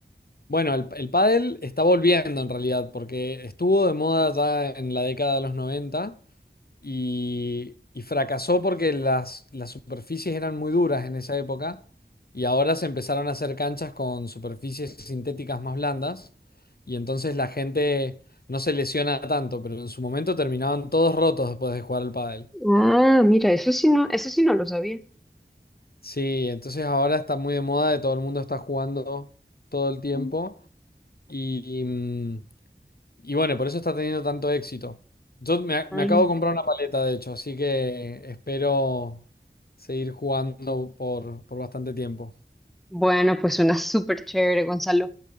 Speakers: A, on the left; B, in the centre.
A: Bueno, el, el pádel está volviendo en realidad, porque estuvo de moda ya en la década de los noventa y, y fracasó porque las, las superficies eran muy duras en esa época y ahora se empezaron a hacer canchas con superficies sintéticas más blandas y entonces la gente no se lesiona tanto, pero en su momento terminaban todos rotos después de jugar al pádel.
B: Ah, mira, eso sí no, eso sí no lo sabía.
A: Sí, entonces ahora está muy de moda, de todo el mundo está jugando todo el tiempo y... mm, Y bueno, por eso está teniendo tanto éxito. Yo me, a-
B: Ah.
A: me acabo de comprar una paleta, de hecho, así que espero seguir jugando por, por bastante tiempo.
B: Bueno, pues suena súper chévere, Gonzalo.